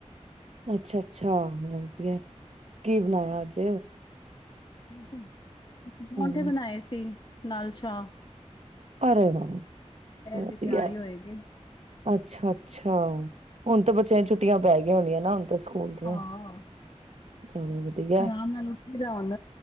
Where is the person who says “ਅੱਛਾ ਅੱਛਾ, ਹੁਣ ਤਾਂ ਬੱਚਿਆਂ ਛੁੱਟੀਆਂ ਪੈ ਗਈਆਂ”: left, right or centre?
Right